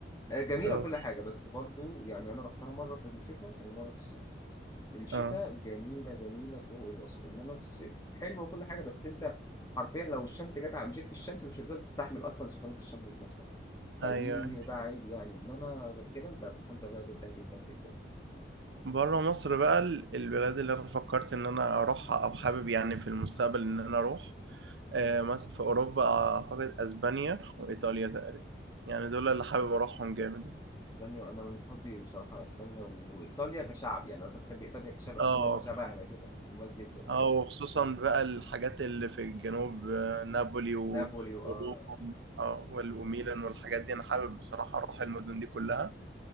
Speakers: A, on the left; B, on the right.
A: آه، جميله
B: آه،
A: وكل حاجه بس برضه يعني انا رحتها مره في الشتاء ومره في الصيف الشتاء
B: آه،
A: جميلة جميلة فوق الوصف إنما في الصيف حلوة وكل حاجة بس أنت حرفيا لو الشمس جت على مشيت في الشمس مش هتقدر تستحمل أصلا سخونية الشمس ذات نفسها فدي
B: أيوه، أيوه.
A: بقى عيب يعني إنما غير كده أنت هتستمتع بيها جدا جدا جدا يعني.
B: برّه مصر بقى ال البلاد اللي أنا فكّرت إن أنا أروحها أو حابب يعني في المستقبل إن أنا أروح، آآ، مثلًا في أوروبا أعتقد أسبانيا وإيطاليا تقريبًا، يعني دول اللي حابب أروحهم جامد يعني.
A: إسبانيا أنا من محبي بصراحة إسبانيا و- وإيطاليا كشعب يعني أنا أصلا بحب إيطاليا كشعب بحس
B: آه،
A: إن هم شبهنا كده جمال جدا يعني
B: آه، وخصوصًا بقى الحاجات اللي في الجنوب آه، نابولي و
A: نابولي وآه
B: وروما آه، وال وميلان والحاجات دي، أنا حابب بصراحة أروح المدن دي كلّها.